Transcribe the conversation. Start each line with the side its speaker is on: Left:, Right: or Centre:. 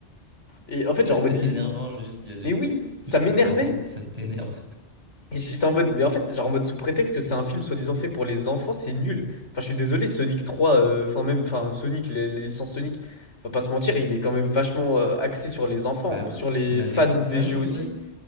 Left: Et en
Right: Tu
Left: fait,
Right: sais,
Left: genre, on
Right: c'est
Left: me dit...
Right: énervant, juste. il y a des-
Left: Mais oui, ça
Right: Juste,
Left: m'énervait.
Right: tu te rends compte, ça t'énerve.
Left: Et j'étais en mode, mais en fait, genre en mode sous prétexte que c'est un film soi-disant fait pour les enfants, c'est nul. Enfin, je suis désolé, Sonic 3, euh, enfin même, enfin Sonic, les, les licences Sonic, on va pas se mentir, il est quand même vachement euh, axé sur les enfants,
Right: Bah,
Left: sur les
Right: on avait
Left: fans
Right: comparé,
Left: des jeux aussi,
Right: ouais.